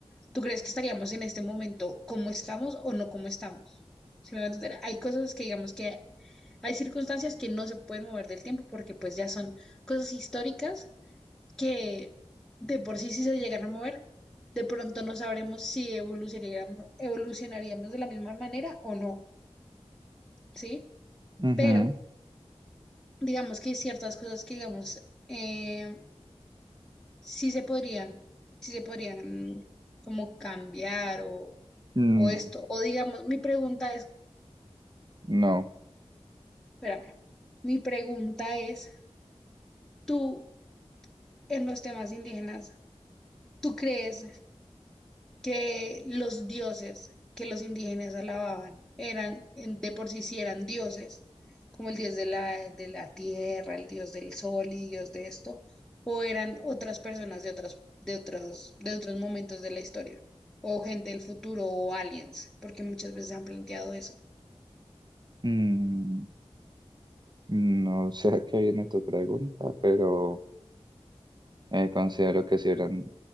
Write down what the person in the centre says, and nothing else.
¿Tú crees que estaríamos en este momento como estamos o no como estamos? Si me va a entender, hay cosas que digamos que hay circunstancias que no se pueden mover del tiempo porque pues ya son cosas históricas que de por sí si se llegan a mover, de pronto no sabremos si evolucionaríamos, evolucionaríamos de la misma manera o no, ¿sí?
Pero... digamos que hay ciertas cosas que, digamos, eh, sí se podrían, sí se podrían como cambiar o,
o esto. O digamos, mi pregunta es,
espérame, mi pregunta es, tú en los temas indígenas, ¿tú crees que los dioses que los indígenas alababan eran en- de por sí sí eran dioses, como el dios de la, de la tierra, el dios del sol y dios de esto, o eran otras personas de otras, de otros, de otros momentos de la historia, o gente del futuro, o aliens, porque muchas veces han planteado eso.